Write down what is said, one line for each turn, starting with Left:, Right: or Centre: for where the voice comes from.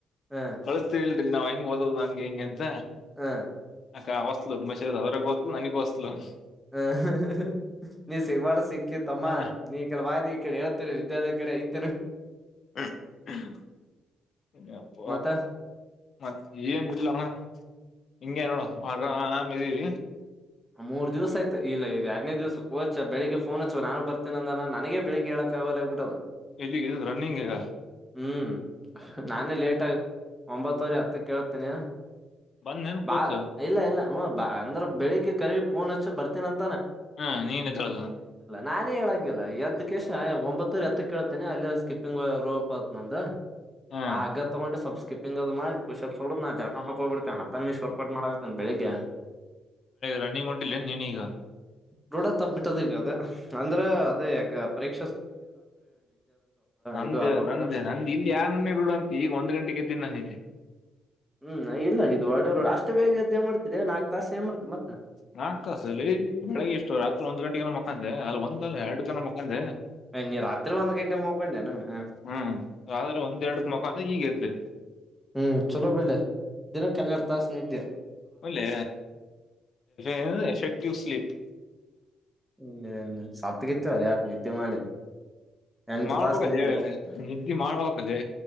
Centre: ಹ
Left: ಕಳಸ್ತೀ ನಾವ್ ಹೆಂಗ ಓದೋದು ಹಂಗೆ ಹೆಂಗೆ ಅಂತ
Centre: ಹ
Left: ಅಕ್ಕ ಹೊಸ್ತಂಬಷೇ ಅವರೂಸ್ತಲು ನನಗೊಸ್ಲ <unintelligible>
Centre: ಹ ನೀ ಸಿಗಬ್ಯಡ ಸಿಕ್ ತಮ್ಮ
Left: ಹಾ
Centre: ನೀ ಈ ಕಡಿ ಬಾ ನಿಕಡಿ ಹೇಳತೀನಿ ಲಯ ಕಡೆ <unintelligible>
Left: <inaudible> ಅಪ್ಪ
Centre: ಮತ್ತ
Left: ಮತ್ ಏನಿಲ್ಲಣ ಹಿಂಗೆ ನೋಡ ನಾಮ ಇದ ಇದೀರಿ <unintelligible>
Centre: ಮೂರ್ ದಿವಸ್ ಐತ ಇಲ್ಲ ಇದ ಯಾಡನೆ ದಿವಸ ಕೋಚ ಬೆಳಗ್ಗೆ ಫೋನ್ ಹಚ್ವ ನಾನು ಬರ್ತೇನ ಅಂದಾನ ನನಗೆ ಬೆಳಗ್ಗೆ ಏಳಕ ಅಗವಲ್ಲ ಆಗ್ ಬಿಟ್ಟದ
Left: ಎಲ್ಲಿಗ ರನ್ನಿಂಗೀಗ
Centre: ಹ್ಮ್ ನಾನೇ ಲೇಟ್ ಆಗ ಒಂಬತ್ತು ವರಿ ಹತ್ತಕ ಏಳತೆನಿ
Left: ಬಂದೇನ್
Centre: ಬಾ
Left: ಕೋಚ್
Centre: ಇಲ್ಲ ಇಲ್ಲ ಹ ಬಾ ಅಂದ್ರ ಬೆಳಿಗ್ಗೆ ಕರಿ ಫೋನ್ ಹಚ್ಚ ಬರ್ತೇನ ಅಂ
Left: ಹಾ ನೀನ್ ಎದ್ದೇಳಲ್ಲ
Centre: ನಾನೇ ಏಳಂಗಿಲ್ಲ ಎದ್ದ ಕೇಶ ಒಂಬತ್ತುವರಿ ಹತ್ತಕ್ ಏಳ್ತೇನಿ ಅಲ್ಲಿ ಸ್ಕಿಪ್ಪಿಂಗ್ ರೂಪ ಅತ ನಂದು
Left: ಹಾ
Centre: ಆ ಹಗ್ಗ ತಗೊಂಡಿ ಸ್ವಲ್ಪ ಸ್ವಲ್ಪ ಸ್ಕಿಪ್ಪಿಂಗ್ ಅದು ಮಾಡಿ ಪುಶಪ್ಸ ಹೊಡದ ನಾ ಜಳಕ ಮಾಡಕೋಗಬಿಡ್ತೇನ ಹತ್ತ ನಿಮಿಷ ವರ್ಕೌಟ್ ಮಾಡಕತೀನಿ ಬೆಳಗ್ಗೆ
Left: ರನ್ನಿಂಗ್ ಹೊಂಟಿಲ್ಲೇನ ನೀನು ಈಗ
Centre: ರೂಢ ತಪ್ಪಿಬಿಟ್ಟದ ಈಗ ಅದ ಅಂದ್ರ ಅದೇ ಗ ಪರೀಕ್
Left: ನಂದೇ
Centre: ಇದು ಆಗೋಲ್ತ
Left: ನಂದೇ ನಂದ ಇಲ್ಲಿ ಯಾನಾಮನಿ ರೂಡ ಅಂತಿ ಈಗ ಒಂದ್ ಗಂಟೆೆಗೆದ್ದನಿ ನಾನು ಇಲ್ಲಿ
Centre: ಹ್ಮ್ ಇಲ್ಲ ಇದು ಒಳ್ಳೆ ರೂಂ ಅಷ್ಟೇ ಸ್ಟ್ ಬೇಗ್ ಎದ್ದ ಏನ ಮಾಡ್ತಿಲೆ ನಾಕ ತಾಸ ಏನ ಮಾಡತಿ ಮತ್ತ
Left: ನಾಕ ತಾಸಲಿ ಬೆಳಗ್ಗೆ ಎಷ್ಟು ರಾತ್ರಿ ಒಂದ್ ಗಂಟೆಗೆ ಏನ ಮಕ್ಕಂದೆ ಅಲ್ಲಿ ಒಂದ ಎರಡು ಜನ ಮುಖಾಂದ
Centre: ನೀ ರಾತ್ರಿ ಒಂದ್ ಗಂಟೆ ಮಕೊಂಡೇನ ಹ
Left: ಹ್ಮ್ ಆದ್ರೆ ಒಂದ್ ಎರಡ ಮುಖಾಂದ ಈಗ ಎ ಹ
Centre: ಹ್ಮ್ ಚುಲೋ ಬಿಡ್ಲೇ ದಿನಕ್ಕೆ ಹನ್ನೆರಡು ತಾಸ ನಿದ್ಯಾ
Left: ಹೂಂ ಲೇ ಏನದು ಎಫೆಕ್ಟಿವ್ ಸ್ಲಿಪ್ <unintelligible>
Centre: ಹ ಸತ್ಗಿತ್ತೀಯೋ ಲೇ ಅಷ್ಟ್ ನಿದ್ದಿ ಮಾಡಿ ಎಂಟು
Left: ಮಾಡ್ಬೇಕದೇ
Centre: ತಾಸ ನಿದ್ದೆ
Left: ನಿದ್ದೆ ಮಾಡ್ಬೇಕದ